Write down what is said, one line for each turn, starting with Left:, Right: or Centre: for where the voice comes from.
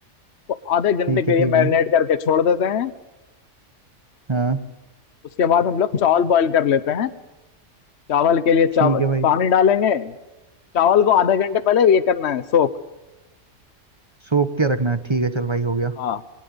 Left: को आधे घंटे
Right: ठीक
Left: के
Right: है ठीक
Left: लिए
Right: है
Left: मैरिनेट करके छोड़ देते हैं
Right: हाँ
Left: उसके बाद हम लोग चावल बॉईल कर लेते हैं चावल के लिए चावल
Right: ठीक है भाई
Left: पानी डालेंगे चावल को आधे घंटे पहले ये करना है सोख
Right: सोख के रखना है ठीक है चल भाई हो गया
Left: हाँ